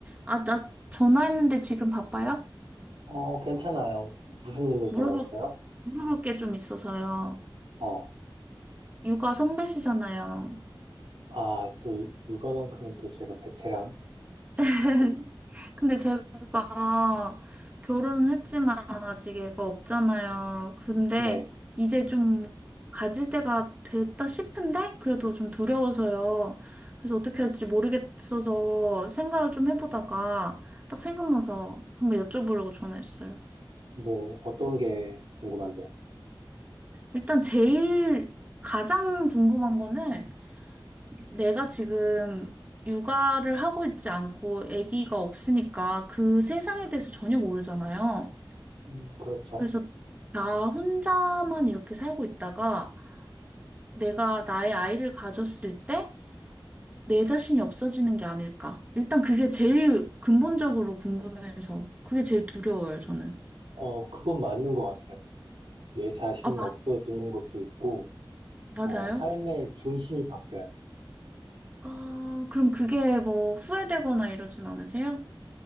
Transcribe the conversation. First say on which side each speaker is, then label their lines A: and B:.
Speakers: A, on the right (about 20°); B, on the right (about 80°).
A: 아, 나 전화했는데 지금 바빠요?
B: 어, 괜찮아요. 무슨 일로
A: 물어볼,
B: 전화했어요?
A: 어, 물어볼 게 좀 있어서요.
B: 어,
A: 육아 선배시잖아요.
B: 아, 또 육아만큼은 또 제가 베테랑급이죠.
A: <laughs> 근데 제가 결혼은 했지만 아직 애가 없잖아요. 근데
B: 네,
A: 이제 좀 가질 때가 됐다 싶은데 그래도 좀 두려워서요. 그래서 어떻게 할지 모르겠어서 생각을 좀 해보다가 딱 생각나서 한번 여쭤보려고 전화했어요.
B: 뭐 어떤 게 궁금한데요?
A: 일단 제일 가장 궁금한 거는 내가 지금 육아를 하고 있지 않고 아기가 없으니까 그 세상에 대해서 전혀 모르잖아요.
B: 음, 그렇죠.
A: 그래서 나 혼자만 이렇게 살고 있다가 내가 나의 아이를 가졌을 때 내 자신이 없어지는 게 아닐까. 일단 그게 제일 근본적으로 궁금해서 그게 제일 두려워요, 저는.
B: 어, 그건 맞는 것 같아요. 내 자신이
A: 아,
B: 없어지는 것도 있고,
A: 마-
B: 어,
A: 맞아요?
B: 삶의 중심이 바뀌어요.
A: 아, 그럼 그게 뭐 후회되거나 이러진 않으세요?